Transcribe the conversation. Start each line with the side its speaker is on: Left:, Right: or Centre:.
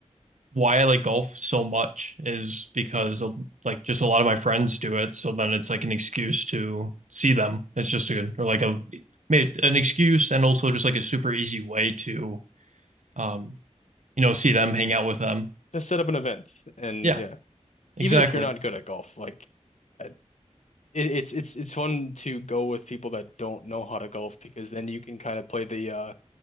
Right: why I like golf so much is because of, like just a lot of my friends do it, so then it's like an excuse to see them. It's just a or like a maybe an excuse and also just like a super easy way to um you know see them, hang out with them.
Left: just set up an event, and
Right: Yeah,
Left: yeah,
Right: exactly.
Left: even if you're not good at golf, like uh, it, it's it's it's fun to go with people that don't know how to golf because then you can kind of play the uh